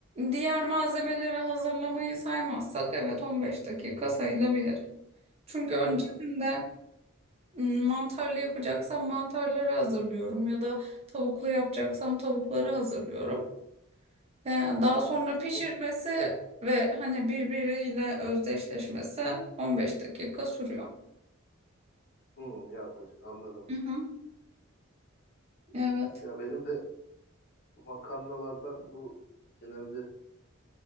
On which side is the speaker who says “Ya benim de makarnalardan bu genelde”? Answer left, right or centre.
Left